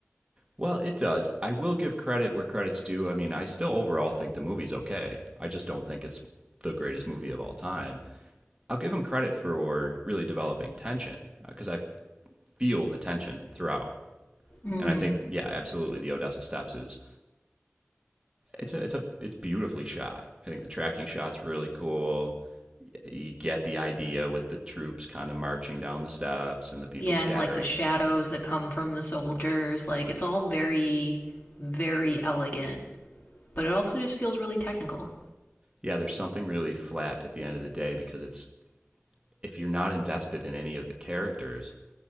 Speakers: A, on the right; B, on the left.
A: Well, it does. I will give credit where credit's due. I mean, I still overall think the movie's okay. I just don't think it's the greatest movie of all time. I'll give him credit for really developing tension because I feel the tension throughout.
B: Mm.
A: And I think, yeah, absolutely, the Odessa Steps is it's a it's a it's beautifully shot. I think the tracking shot's really cool. You get the idea with the troops kind of marching down the steps and the people
B: Yeah,
A: scattering.
B: and like the shadows that come from the soldiers, like it's all very very elegant, but it also just feels really technical.
A: Yeah, there's something really flat at the end of the day because it's if you're not invested in any of the characters,